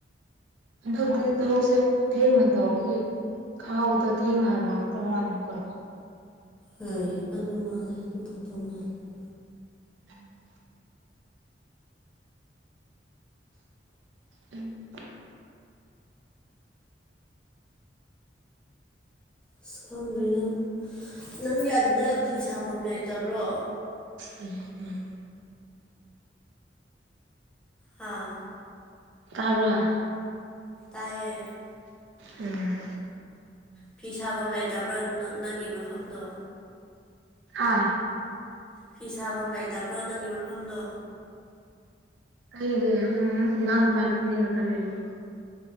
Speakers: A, on the right (about 80°); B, in the centre.
A: ꯑꯗꯨꯗꯤ ꯊꯕꯛ ꯁꯦ <unintelligible> ꯈꯥꯎꯗ ꯊꯦꯡꯅꯥ ꯂꯥꯛꯄ ꯃꯥꯜꯂꯦ ꯀꯣ
B: ꯍꯣꯏ ꯑꯗꯨ ꯃꯥꯜꯂꯦ ꯑꯗꯨ ꯇꯧꯗꯧ ꯃꯥꯜꯂꯦ
A: ꯎꯝ ꯎꯝ
B: ꯑꯁ ꯈꯪꯗ꯭ꯔꯦ ꯗ ꯅꯪꯗꯤ ꯑꯗꯨꯗ ꯐꯤ ꯁꯥꯐꯝ ꯂꯩꯇꯕ꯭ꯔꯣ
A: ꯎꯝ ꯎꯝ
B: ꯍꯥꯥ
A: ꯇꯥꯕꯔ
B: ꯇꯌꯦ
A: ꯎꯝ
B: ꯐꯤ ꯁꯥꯐꯝ ꯂꯩꯇꯕ꯭ꯔꯣ ꯅꯪꯒꯤ ꯃꯐꯝꯗꯣ
A: ꯑꯥ
B: ꯐꯤ ꯁꯥꯐꯝ ꯂꯩꯇꯕ꯭ꯔꯣ ꯅꯪꯒꯤ ꯃꯐꯝꯗꯣ
A: ꯑꯩꯒꯦ ꯎꯝ ꯏꯅꯥꯎ ꯑꯈꯣꯏꯅꯤ ꯈꯛꯇꯪ ꯂꯩꯌꯦ